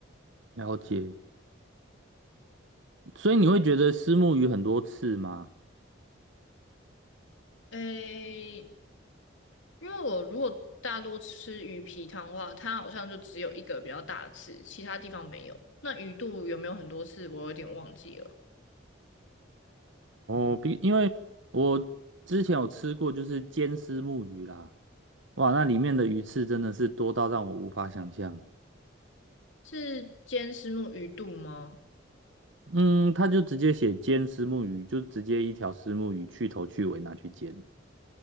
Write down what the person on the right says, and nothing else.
了解。所以你会觉得虱目鱼很多刺吗？
哦，比因为我之前有吃过，就是煎虱目鱼啦，哇，那里面的鱼刺真的是多到让我无法想象。
嗯，他就直接写煎虱目鱼，就直接一条虱目鱼去头去尾拿去煎。